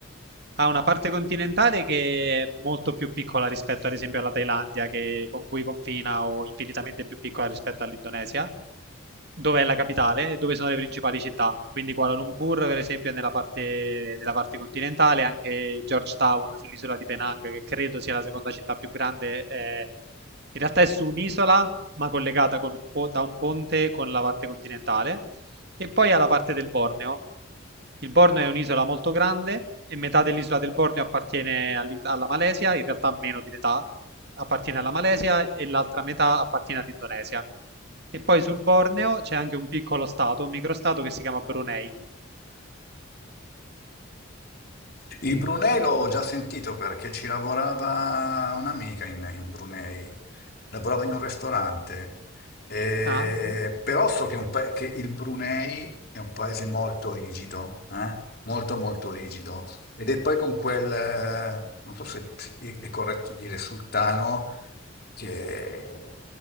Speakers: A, on the right; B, on the left.
A: ha una parte continentale che è molto più piccola rispetto ad esempio alla Thailandia, che- con cui confina, o infinitamente più piccola rispetto all'Indonesia, dove è la capitale e dove sono le principali città. Quindi Kuala Lumpur, per esempio, è nella parte, nella parte continentale, anche Georgetown sull'isola di Penang, che credo sia la seconda città più grande, è- in realtà è su un'isola, ma collegata con un po- da un ponte con la parte continentale. E poi ha la parte del Borneo. Il Borneo è un'isola molto grande e metà dell'isola del Borneo appartiene all'In- alla Malesia, in realtà meno di metà appartiene alla Malesia e l'altra metà appartiene all'Indonesia. E poi sul Borneo c'è anche un piccolo stato, un microstato che si chiama Brunei.
B: Il Brunei l'ho già sentito perché ci lavorava un'amica in, in Brunei, lavorava in un ristorante, E-
A: Ah,
B: però so che, è un pa- che il Brunei è un paese molto rigido, eh? Molto molto rigido, ed è poi con quel, eh, non so se si- è corretto dire sultano, che